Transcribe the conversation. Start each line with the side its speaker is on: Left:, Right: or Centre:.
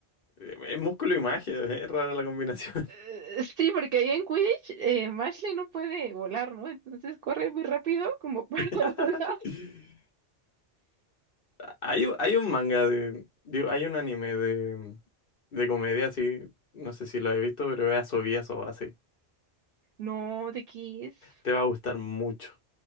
Left: eh, es músculo y magia, <laughs> es rara la combinación.
Right: Eh, Sí, porque ahí en Quidditch eh, Mashley no puede volar, ¿no? Entonces corre muy rápido como para
Left: <laughs>
Right: <laughs> volar.
Left: Hay, un- hay un manga de, digo, hay un anime de, de comedia, sí, no sé si lo he visto, pero es Asobias o así.
Right: No, de Kiss.
Left: Te va a gustar mucho.